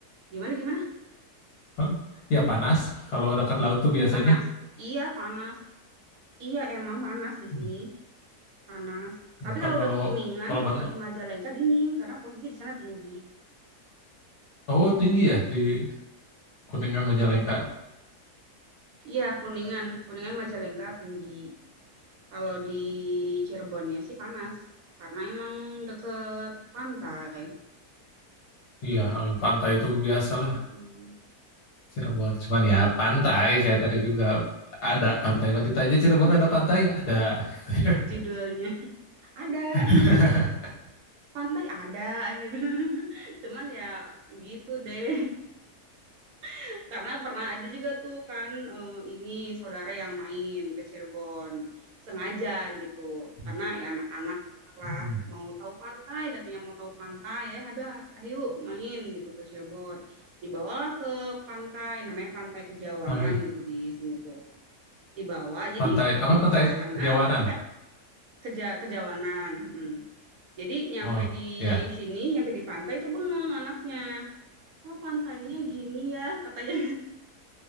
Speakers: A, on the right; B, on the left.
A: gimana gimana?
B: Kalau- Ya panas kalau dekat laut tuh biasanya.
A: Panas? Iya panas. Iya emang panas di
B: Hmm.
A: sini, panas.
B: Hmm,
A: Tapi
B: Kan
A: kalau
B: kalau
A: udah ke Kuningan,
B: kalau
A: kalau
B: ban
A: udah ke Majalengka dingin karena posisi di sana tinggi.
B: oh tinggi ya di Kuningan Majalengka.
A: Iya Kuningan, Kuningan Majalengka tinggi. Kalau di Cirebonnya sih panas karena emang deket Pantai.
B: Iya, angin pantai itu biasalah
A: Mhm.
B: Cirebon. Cuman ya pantai kayak tadi juga ada pantai. Mau ditanya Cirebon ada pantai? Ada gitu
A: Iya,
B: ya.
A: judulnya ada.
B: <laughs>
A: <laughs> Pantai ada gitu. <laughs> Cuman ya gitu deh. <laughs> Karena pernah ada juga tuh kan, eee, ini saudara yang main ke Cirebon, sengaja gitu.
B: Hmm.
A: Karena ya anak-anak lah
B: hmm.
A: mau tahu pantai, katanya mau tahu pantai, "Ya ada, ayo main," gitu ke Cirebon. Dibawalah ke pantai, namanya Pantai Kejawanan
B: Hai.
A: gitu di sini tuh. Dibawa, jadi
B: Pantai apa pantai
A: pas ke sana
B: Jawanan?
A: anaknya Keja Kejawanan, mhm. Jadi nyampe
B: Oh,
A: di
B: ya.
A: sini, nyampe di pantai itu bengong anaknya. Kok pantainya gini ya? Katanya